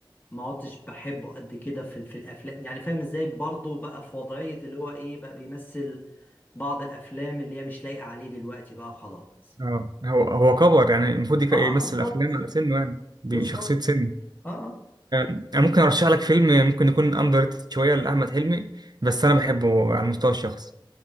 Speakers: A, on the left (about 20°); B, on the right (about 50°).
A: ما عدتش بحبه قد كده في في الافلام يعني فاهم ازاي برضه بقى في وضعية اللي هو ايه بقى بيمثل بعض الافلام اللي هي مش لايقة عليه دلوقتي بقى خلاص
B: اه هو هو كبر يعني المفروض يك-
A: اه
B: يمثل
A: آه، بالظبط
B: افلام على سنه يعني بشخصيه
A: بالظبط
B: سن
A: اه اه
B: انا ممكن ارشح لك فيلم ممكن يكون اندر ريتد شويه لاحمد حلمي بس انا بحبه على المستوى الشخصي